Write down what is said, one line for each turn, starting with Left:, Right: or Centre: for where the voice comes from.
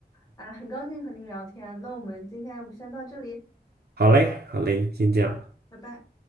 Left: 啊，很高兴和您聊天，那我们今天要不先到这里，
Right: 好嘞，好嘞，先这样。
Left: 拜拜。